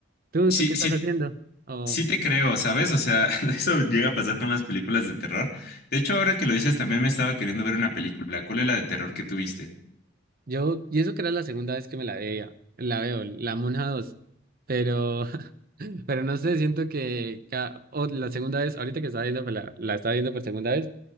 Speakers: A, on the right (about 50°); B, on the left (about 55°).
A: ¿Tú,
B: sí,
A: tú qué estás
B: sí,
A: haciendo? Oh,
B: sí te creo, ¿sabes? O sea, <laughs> eso llega a pasar con las películas de terror. De hecho, ahora que lo dices, también me estaba queriendo ver una película. ¿Cuál es la de terror que tuviste?
A: yo, y eso que era la segunda vez que me la veía, la veo, la Monja dos Pero, <laughs> pero no sé, siento que ca- o la segunda vez, ahorita que estaba viendo, pues, la, la estaba viendo por segunda vez,